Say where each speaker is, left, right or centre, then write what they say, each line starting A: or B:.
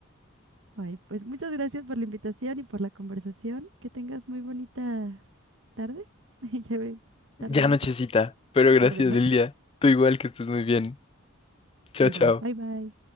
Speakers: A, on the right; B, on the left.
A: ay, pues muchas gracias por la invitación y por la conversación. Que tengas muy bonita tarde. <laughs> Ya ve, tarde
B: Ya
A: noche,
B: nochecita, pero gracias,
A: tarde noche.
B: Lilia. Tú igual que estés muy bien. Chao,
A: Igual,
B: chao.
A: bye bye.